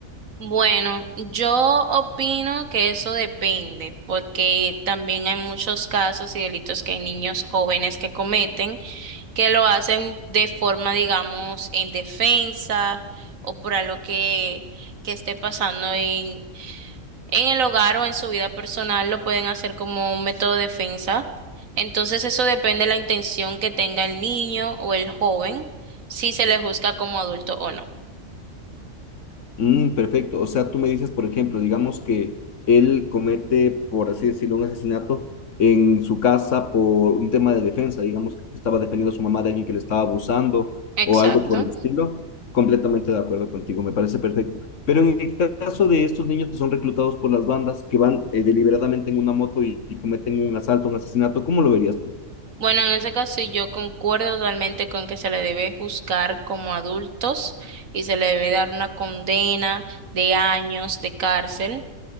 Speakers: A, on the right (about 75°); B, on the left (about 65°).
A: Bueno, yo opino que eso depende, porque también hay muchos casos y delitos que hay niños jóvenes que cometen, que lo hacen de forma, digamos, en defensa o por algo que, que esté pasando en, en el hogar o en su vida personal, lo pueden hacer como un método de defensa. Entonces, eso depende de la intención que tenga el niño o el joven, si se le juzga como adulto o no.
B: Mm, perfecto. O sea, tú me dices, por ejemplo, digamos que él comete, por así decirlo, un asesinato en su casa por un tema de defensa, digamos que estaba defendiendo a su mamá de alguien que le estaba abusando
A: Exacto.
B: o algo por el estilo. Completamente de acuerdo contigo, me parece perfecto. Pero en el caso de estos niños que son reclutados por las bandas, que van eh, deliberadamente en una moto y, y cometen un asalto, un asesinato, ¿cómo lo verías tú?
A: Bueno, en ese caso yo concuerdo totalmente con que se le debe juzgar como adultos y se le debe dar una condena de años de cárcel,